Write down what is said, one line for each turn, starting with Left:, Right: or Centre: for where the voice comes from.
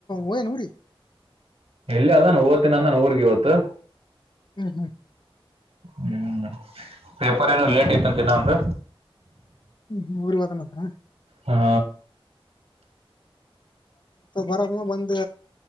Left: ಊಯನುೂರಿ.
Right: ಎಲ್ಲಿ ಅದಾನ ಓತ್ತಿನ ಅಂದ ನಾನ ಊರ್ಗ ವತ್ತು.
Left: ಹ್ಮ್ ಹ್ಮ್.
Right: ಹ್ಮ್ ಪೇಪರ್. ಸರ್ ಲೇಟ್ ಆಗಿ ಬಂತೆ ನಾನು
Left: ಹ್ಮ್ ಹ್ಮ ಊರ್ವಾದನ ಹತ್ರರ.
Right: ಹಾ.
Left: ಬರ ಬಂದ್